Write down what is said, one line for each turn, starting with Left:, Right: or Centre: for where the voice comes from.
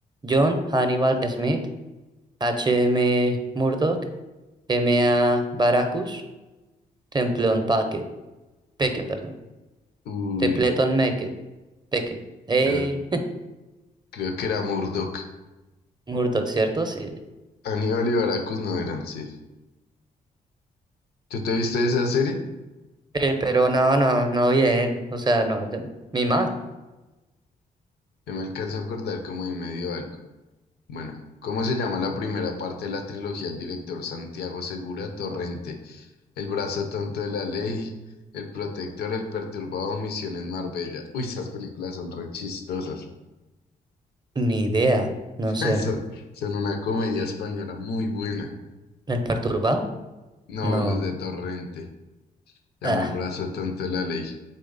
Right: John Hannibal Smith, H. H.M. Murdoch, M A. Baracus, Templón Paque, Peque, perdón.
Left: Uy,
Right: Tepleton Meque, Peque. Eh,
Left: creo, creo que era Murdoch.
Right: <laughs> Murdoch, ¿cierto? Sí.
Left: Aníbal y Baracus no eran, sí. ¿Tú te viste esa serie?
Right: Eh, pero no, no, no bien. O sea, no, yo- mi ma.
Left: Yo me alcanzo a acordar como de medio algo. Bueno, ¿cómo se llama la primera parte de la trilogía del director Santiago Segura Torrente? El brazo tonto de la ley, El protector, El perturbado, Misión en Marbella. Uy, esas películas son re chistosas.
Right: Ni idea. No
Left: <laughs>
Right: sé.
Left: Eso- son una comedia española muy buena.
Right: ¿El perturbado?
Left: No,
Right: No.
Left: los de Torrente. Se
Right: Ah,
Left: Llama El brazo tonto de la ley.